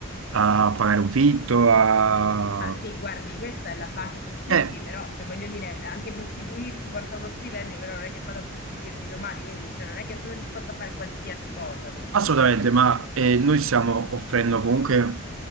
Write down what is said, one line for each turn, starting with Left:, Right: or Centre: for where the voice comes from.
Right: a pagare un fitto, a...
Left: Ma sì, guardi, questa è la base per tutti,
Right: Eh,
Left: però, cioè, voglio dire, anche prostituirsi porta uno stipendio, però non è che vado a prostituirmi domani, quindi, cioè, non è che sono disposta a fare qualsiasi cosa per uno
Right: Assolutamente,
Left: stipendio.
Right: ma eh, noi stiamo offrendo comunque